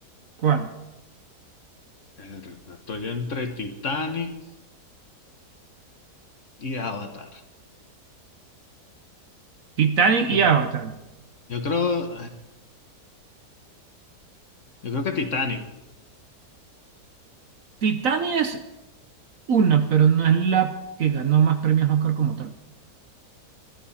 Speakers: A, on the right (about 55°); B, on the left (about 50°).
A: ¿Cuál?
B: Verga, Estoy entre Titanic y Avatar.
A: Titanic
B: Yo,
A: y Avatar.
B: yo creo, yo creo que Titanic.
A: Titanic es una, pero no es la que ganó más premios Oscar como tal.